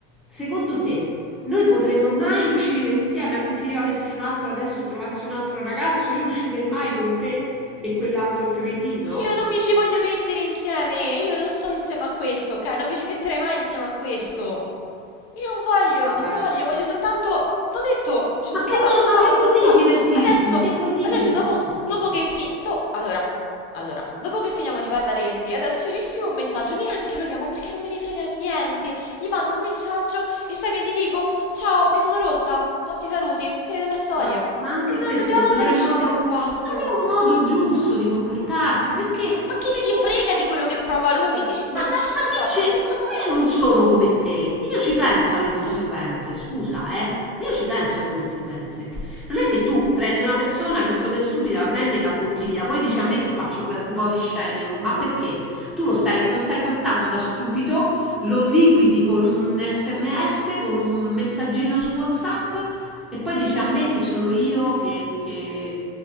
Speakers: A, in the centre; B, on the left.
A: secondo te, noi potremmo mai uscire insieme, anche se io avessi un altro adesso, trovassi un altro ragazzo, io uscirei mai con te e quell'altro cretino?
B: Io non mi ci voglio mettere insieme, io non sto insieme a questo, ok? Non mi ci metterei mai insieme a questo. Io non voglio,
A: Sì, vabbè.
B: non voglio, voglio soltanto... T'ho detto, ci sono
A: Ma
B: stata,
A: che, mo-
B: mo
A: ma
B: basta,
A: che vuol
B: se
A: dire
B: tu...
A: divertirti?
B: Adesso,
A: Che vuol dire
B: adesso
A: divertirti?
B: dopo, dopo che fi... do- Allora, allora, dopo che finiamo di parlare io e te, adesso io gli scrivo un messaggio, neanche lo chiamo perché non me ne frega niente. Gli mando un messaggio e sai che gli dico? Ciao, mi sono rotta, tanti saluti, fine della storia.
A: Ma,
B: Non,
A: ma anche questo
B: non dobbiamo
A: non
B: fare
A: è un
B: uscite
A: modo,
B: a quattro.
A: non è un modo giusto di comportarsi, perché,
B: Ma che
A: perché
B: ti
A: tu,
B: frega di quello che prova lui? Dici, ti
A: ma,
B: ha
A: ma
B: lasciato,
A: che c'è?
B: ma che cosa
A: Ma
B: vuoi?
A: io non sono come te, io ci penso alle conseguenze,
B: Eh.
A: scusa, eh? Io ci penso alle conseguenze. Non è che tu prendi una persona, visto che è stupida, la prendi e la butti via, poi dici a me che faccio be- body shaming, ma perché? Tu lo stai, lo stai trattando da stupido, lo liquidi con un SMS, con un messaggino su WhatsApp e poi dice a me che sono io che, che-